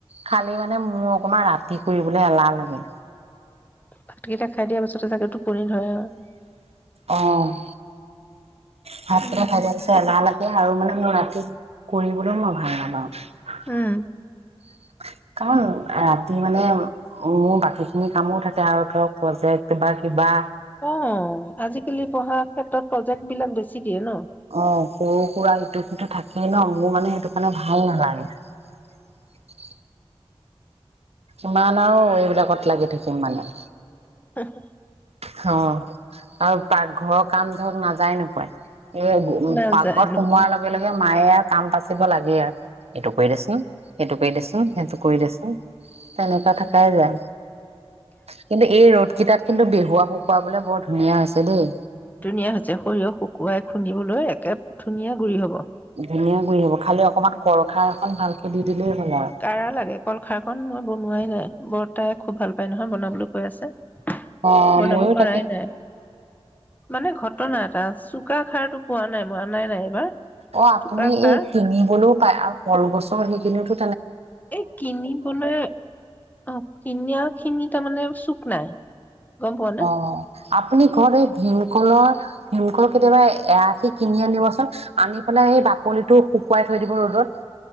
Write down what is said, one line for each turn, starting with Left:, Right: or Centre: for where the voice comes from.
Right: খালি মা মানে মোৰ অকমান ৰাতি কৰিবলৈ এলাহ লাগে।
Left: ভাতকেইটা খাই দিয়া পাছ ততে চাগে টোপনি ধৰে আৰু
Right: অ', ভাত
Left: উম
Right: কিতা পাছত এলাহ লাগে আৰু মানে ম‌ই ৰাতি কৰিবলৈও, মই ভাল নাপাও। <unintelligible>
Left: উম
Right: কাৰণ অ, ৰাতি মানে উ, মোৰ বাকীখিনি কামো থাকে আৰু ধৰক প্ৰজেক্ট বা কিবা কিবা
Left: অ', আজিকালি পঢ়াৰ ক্ষেত্ৰত প্ৰ জেক্ট বিলাক বেছি দিয়ে ন
Right: অ', সৰু-সুৰা ইটো সিটো কিন্তু থাক সেই ন', মোৰ মানে সেইটো কাৰণে ভাল নালাগে। কিমান আৰু এইবিলাকত লাগি থাকিম মানে।
Left: হহ।
Right: অহ্। আৰু পাকঘৰৰ কাম ধৰক নাজ যাই নোপোয়াই। এ
Left: নাযায়
Right: পাকঘৰত
Left: নোপায়
Right: সোমোৱাৰ লগে লগে মায়ে আৰু কাম যাচিব লাগেই আৰু। এইটো কৰি দিছোন সেইটো। কৰি দেছোন সেইটো কৰি দেছোন তেনেকুৱা থাকাই যায়। কিন্তু এই ৰ'দ কেইটাত কিন্তু <unintelligible> শুকুৱাবলে বৰ ধুনীয়া হৈছে দেই।
Left: ধুনীয়া হৈছে সৰিয়হ শুকুৱাই খুন্দিবলৈ, একে ধুনীয়া গুৰি হ'ব।
Right: ধুনীয়া গুৰি হ'ব খালি অকণমান কল খাৰ অকণ ভালকে দি দিলেই হ'ল আৰু
Left: কাৰা লাগে কলখাৰ কন মই বনোৱাই নাই। বৰ্তাই খুব ভাল পায় নহয় বনাবলৈ কৈ আছে।
Right: অ
Left: বনাব
Right: ময়ো
Left: পৰাই
Right: তাকে
Left: নাই মানে ঘটনা এটা চুকা খাৰতটো পোৱা নাই মই অনাই নাই এইবাৰ।
Right: অ আপুনি
Left: চুকা খাৰ
Right: এই কিনিবলৈও পায় আৰু কলগছৰ সেইখিনিওটো
Left: এই কিনিবলৈ অ কিনি খিনি তাৰমানে চোক নাই। গম পোৱানে?
Right: অ আপুনি ঘৰত এই ভীমকলৰ ভীমকল কেতিয়াবা এয়াশি কিনি আনিবচোন। আনি পেলাই সেই বাকলিটো শুকুৱাই থৈ দিব ৰ'দত।